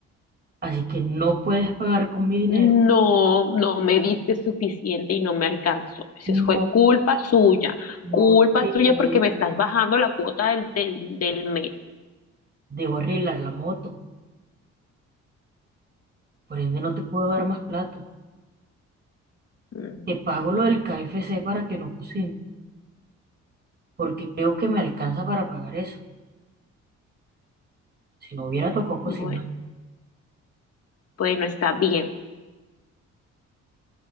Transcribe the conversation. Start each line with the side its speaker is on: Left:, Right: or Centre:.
Right: Así que no puedes pagar con mi dinero.
Left: No, no me diste suficiente y no me alcanzó. Eso
Right: No,
Left: fue culpa suya,
Right: no
Left: culpa
Right: te
Left: suya
Right: voy-
Left: porque me estás bajando la cuota del, del, del mes.
Right: debo arreglar la moto. Por ende, no te puedo dar más plata.
Left: Mm,
Right: Te pago lo del KFC para que no cocines, porque creo que me alcanza para pagar eso. Si no hubiera tocado cocinar,
Left: Bueno, bueno, está bien.